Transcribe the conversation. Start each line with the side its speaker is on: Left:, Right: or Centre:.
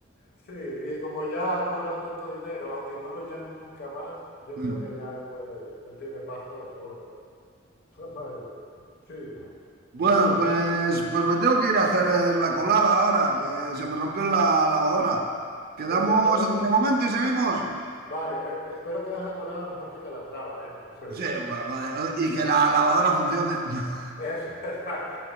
Left: Sí, y como ya ha cobrado tanto dinero, aunque no lo llamen nunca más, yo
Right: Mm.
Left: creo que ya él puede, ya él tiene pasta de sobra. <laughs> Vaya, Sí.
Right: Bueno,
Left: O sea, pues
Right: pues,
Left: sí, es un-
Right: pues me tengo que ir a hacer eh, la colada ahora, que se me rompió la lavadora. ¿Quedamos
Left: Pues espero,
Right: en otro momento y seguimos?
Left: vale, eh, espero que hagas la colada mejor que Calatrava, ¿eh? Los edificios.
Right: Sí, bueno, joder, y que la lavadora funcione. <laughs>
Left: <laughs> Eso, <laughs> exacto.